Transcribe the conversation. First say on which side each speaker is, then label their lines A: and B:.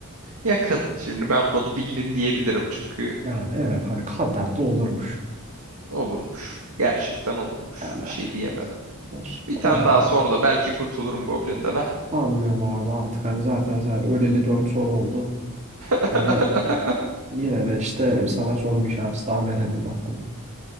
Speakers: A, on the right; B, on the right.
A: Yakın. Şimdi ben bunu bildin diyebilirim çünkü
B: Yani evet hani kader de olurmuş.
A: olurmuş. Gerçekten olurmuş.
B: Yani
A: Bir şey diyemedim.
B: o,
A: Bir tane
B: o zaman
A: daha sor da belki kurtulurum Goblin'den ha.
B: sanmıyorum abi artık hani zaten sen öleli 4 soru oldu.
A: <laughs>
B: Hani yine de işte sana son bir şans daha verelim bakalım.